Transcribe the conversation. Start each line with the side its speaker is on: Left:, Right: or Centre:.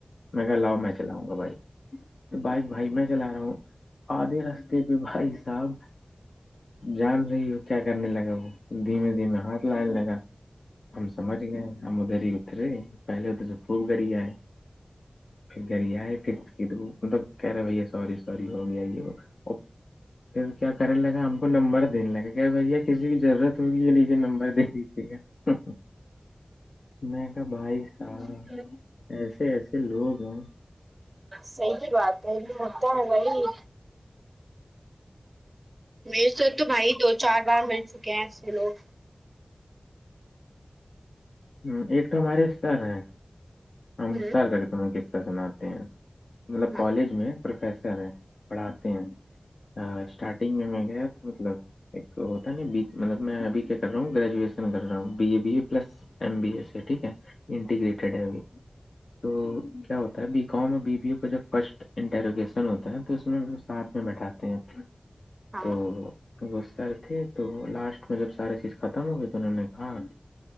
Left: میں کہ لاؤ میں چلاؤں گا بھائی تو بائک بھائی میں چلا رہا ہوں آدھے راستے پہ بھائی صاحب جان رہی ہو کیا کرنے لگا وہ دھیمے دھیمے ہاتھ لانے لگا ہم سمجھ ہم لوگ ادھر ہی اترے پواہلے خوب گریا ہے پھر گریا ہے پھر مطلب کہ رہے بی ہے سوری اری ہو گیا ج وہ <unintelligible> پھر کیا کرنے لگا ہم کو نمبر دینے لگا کیا بھیا کسی کی ضرورت تھڑ یہ لیجے نمبر دے دیجیے گا میں کہ بائیس سال
Right: <inaudible>
Left: ایسے ایسے لوگ ہیں
Right: صحی بات ہے ہوتا ہے وہی میرے سے تو بھائی دو چار بار مل چکے ہیں ایسے لوگ
Left: ہ ایک تو ہمارے سر ہیں ہم
Right: ہ
Left: سر کا کہ تمیں قسہ سناتے ہیں مطلب
Right: ہ
Left: کالج میں پروفیسر ہیں پڑھاتے ہیں اسٹارٹنگ میں گیا تھا مطلب ایک ہوتا ہے ن مطلب میں ابھی کیا کر رہا ہوں گریجویشن کر رہا ہوں B A B A plus M B S ہے ٹھیک ہے انٹیگریٹڈ ہے ابھی تو کیا ہوتا ہے بی کام اور بی بی یو کا جب فسٹ انٹیروگیشن ہوتا ہے تو اس میں ساتھ میں بیٹھاتے ہیں
Right: ہاں
Left: تو
Right: ہوں
Left: وہ سر تھے تو لاسٹ میں جب ساریے چیز ختم ہو گئی تو انہوں نے کہا